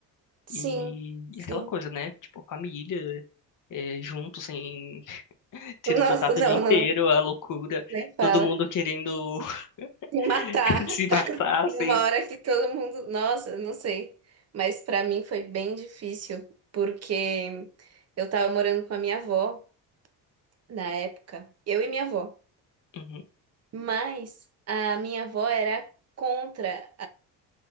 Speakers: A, on the right (about 40°); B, on the left (about 50°).
A: sim,
B: E,
A: sim.
B: e aquela coisa, né? Tipo, família, é, junto, sem <laughs> tendo
A: Nossa,
B: contato
A: não,
B: o dia inteiro,
A: não,
B: a loucura,
A: nem fala.
B: todo mundo querendo <laughs>
A: Se matar
B: se matar,
A: numa
B: assim.
A: hora que todo mundo. Nossa, não sei. Mas para mim foi bem difícil, porque eu tava morando com a minha avó na época. Eu e minha avó.
B: Uhum.
A: Mas a minha avó era contra